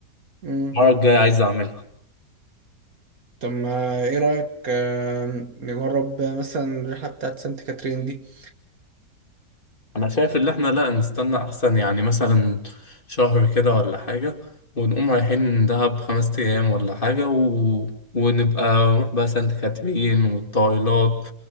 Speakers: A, on the right (about 55°); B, on the left (about 30°).
A: مم.
B: المرة الجاية عايز أعملها
A: طب ما ايه رأيك آه نجرب مثلا الرحلة بتاعت سانت كاترين دي
B: انا شايف ان احنا لا نستنى احسن يعني مثلا شهر كده ولا حاجة ونقوم رايحين دهب خمس ايام ولا حاجة و... ونبقى نروح بقى سانت كاترين والطايلات